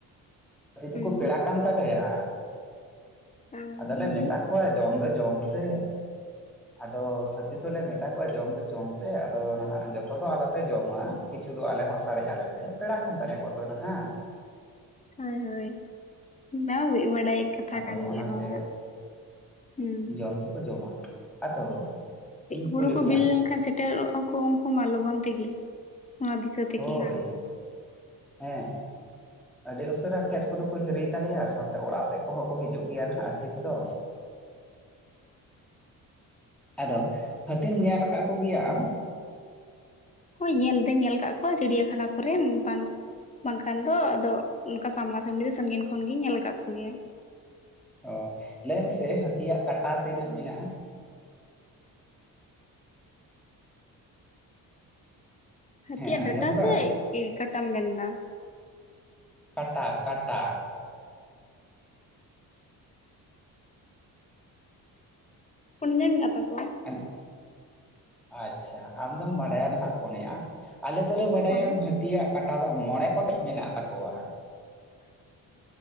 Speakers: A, in the centre; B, on the left.
A: ᱦᱟᱹᱛᱤ ᱫᱚᱠᱚ
B: ᱦᱩᱸ
A: ᱯᱮᱲᱟ ᱠᱟᱱ ᱛᱟᱞᱮᱭᱟ
B: ᱦᱳᱭ
A: ᱟᱫᱚᱞᱮ ᱢᱮᱛᱟ ᱠᱚᱣᱟ ᱡᱚᱢ ᱫᱚ ᱡᱚᱢ ᱯᱮ ᱟᱫᱚ ᱦᱟᱹᱛᱤ ᱫᱚᱞᱮ ᱢᱮᱛᱟ ᱠᱚᱣᱟ ᱡᱚᱢ ᱫᱚ ᱡᱚᱢ ᱯᱮ ᱟᱫᱚ ᱱᱟᱦᱟᱜ ᱡᱚᱛᱚ ᱫᱚ ᱟᱞᱚᱯᱮ ᱡᱚᱢᱟ ᱠᱤᱪᱷᱩ ᱫᱚ ᱟᱞᱮ ᱦᱚᱸ ᱥᱟᱨᱮᱡ ᱟᱞᱮᱯᱮ ᱯᱮᱲᱟ ᱠᱟᱱ ᱛᱟᱞᱮᱭᱟᱠᱚ ᱛᱚ ᱱᱟᱦᱟᱜ
B: ᱦᱳᱭ ᱦᱳᱭ <unintelligible>
A: ᱟᱫᱚ ᱚᱱᱟᱛᱮ
B: ᱜᱮᱭᱟ ᱱᱚᱣᱟ ᱦᱩᱸ
A: ᱡᱚᱢ ᱫᱚᱠᱚ ᱡᱚᱢᱟ ᱟᱫᱚ ᱤᱧ
B: ᱦᱩᱲᱩ
A: ᱠᱩᱞᱤ
B: ᱠᱚ
A: ᱢᱮᱭᱟ
B: ᱵᱤᱞᱤ ᱞᱮᱱᱠᱷᱟᱱ ᱥᱮᱴᱮᱨᱚᱜᱼᱟᱠᱚ ᱩᱱᱠᱩ ᱢᱟ ᱞᱚᱜᱚᱱ ᱛᱮᱜᱮ ᱚᱱᱟ ᱫᱤᱥᱟᱹ ᱛᱮᱜᱮ
A: ᱦᱳᱭ
B: ᱦᱟᱸᱜ
A: ᱦᱮᱸ ᱟᱹᱰᱤ ᱩᱥᱟᱹᱨᱟ ᱠᱷᱮᱛ ᱠᱚᱫᱚ ᱠᱚ ᱦᱤᱨᱤᱭ ᱛᱟᱞᱮᱭᱟ ᱥᱟᱶᱛᱮ ᱚᱲᱟᱜ ᱥᱮᱫ ᱠᱚᱦᱚᱸ ᱠᱚ ᱦᱤᱡᱩᱜ ᱜᱮᱭᱟ ᱱᱟᱦᱟᱜ ᱦᱟᱹᱛᱤ ᱠᱚᱫᱚ ᱟᱫᱚ ᱦᱟᱹᱛᱤᱢ ᱧᱮᱞ ᱟᱠᱟᱫ ᱠᱚᱜᱮᱭᱟ ᱟᱢ
B: ᱦᱳᱭ ᱧᱮᱞ ᱫᱚᱧ ᱧᱮᱞ ᱟᱠᱟᱫ ᱠᱚᱣᱟ ᱪᱤᱲᱭᱟᱹᱠᱷᱟᱱᱟ ᱠᱚᱨᱮᱱ ᱵᱟᱝᱠᱷᱟᱱ ᱫᱚ ᱟᱫᱚ ᱚᱱᱠᱟ ᱥᱟᱢᱱᱟ ᱥᱟᱢᱱᱤ ᱫᱚ ᱥᱟᱸᱜᱤᱧ ᱠᱷᱚᱱ ᱜᱤᱧ ᱧᱮᱞ ᱟᱠᱟᱫ ᱠᱚᱜᱮᱭᱟ
A: ᱚ ᱞᱟᱹᱭ ᱢᱮᱥᱮ ᱦᱟᱹᱛᱤᱭᱟᱜ ᱠᱟᱴᱟ ᱛᱤᱱᱟᱹᱜ ᱢᱮᱱᱟᱜᱼᱟ
B: ᱦᱟᱹᱛᱤᱭᱟᱜ
A: ᱦᱮᱸ ᱟᱸᱡᱚᱢ
B: ᱰᱟᱴᱟ
A: ᱫᱟᱢ
B: ᱥᱮ ᱠᱟᱴᱟᱢ ᱢᱮᱱᱫᱟ
A: ᱠᱟᱴᱟ ᱠᱟᱴᱟ
B: ᱯᱩᱱᱭᱟ ᱢᱮᱱᱟᱜ ᱛᱟᱠᱚᱣᱟ᱾
A: ᱟᱡ ᱟᱪᱪᱷᱟ ᱟᱢᱫᱚᱢ ᱵᱟᱲᱟᱭᱟ ᱱᱟᱦᱟᱜ ᱯᱚᱱᱭᱟ᱾ ᱟᱞᱮ ᱫᱚᱞᱮ ᱵᱟᱰᱟᱭᱟ
B: ᱦᱳᱭ
A: ᱦᱟᱹᱛᱤᱭᱟᱜ ᱠᱟᱴᱟ ᱫᱚ ᱢᱚᱬᱮ ᱜᱚᱴᱮᱡ ᱢᱮᱱᱟᱜ ᱛᱟᱠᱚᱣᱟ᱾